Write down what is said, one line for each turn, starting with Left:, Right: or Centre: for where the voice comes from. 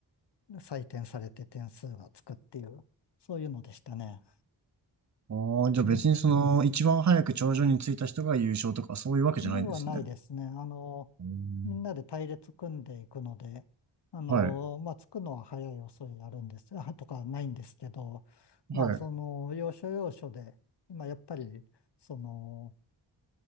Left: 採点されて点数がつくっていう、そういうのでしたね。
Right: ああ、じゃあ別にその、
Left: うん。
Right: 一番早く頂上に着いた人が優勝とかそういうわけじゃないんですね。
Left: ではないですね。あの、
Right: うん
Left: みんなで隊列組んでいくので、あの、
Right: はい。
Left: まあ、着くのは早い遅いあるんです、あ、とかないんですけど、まあ、
Right: はい。
Left: その、要所要所で、まあやっぱり、その、